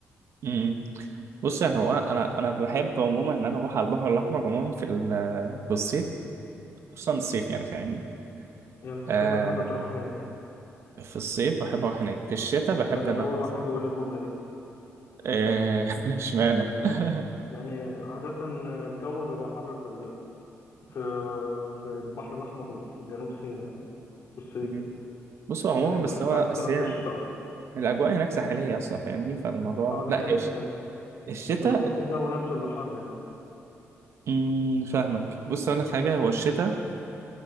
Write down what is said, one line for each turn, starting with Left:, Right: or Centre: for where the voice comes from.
Right: امم بص يعني هو انا انا بحب عموما ان انا اروح على البحر الاحمر عموما في ال- في الصيف خصوصا الصيف يعني فاهمني
Left: يعني في الصيف
Right: آه
Left: بتحب تروح هناك
Right: في الصيف بحب اروح هناك في الشتاء
Left: أنت
Right: بحب
Left: أول
Right: ان انا
Left: واحد يقول لي الجملة دي
Right: آه، <laughs> اشمعنى <laughs>
Left: يعني عادة الجو بيبقى حر في ال... في في البحر الأحمر وفي جنوب سيناء يعني في الصيف
Right: مم. بص هو عموما
Left: يعني بحسها
Right: بس هو
Left: بتطرح
Right: بس هي
Left: في الشتاء أكتر
Right: الاجواء هناك ساحليه اصلا فاهمني فالموضوع
Left: أه أنا
Right: لا
Left: فاهم
Right: هي الش-
Left: بس
Right: الشتاء
Left: بس بحس الجو نفسه اللي حر يعني
Right: مم، فاهمك بص اقول لك حاجه هو الشتاء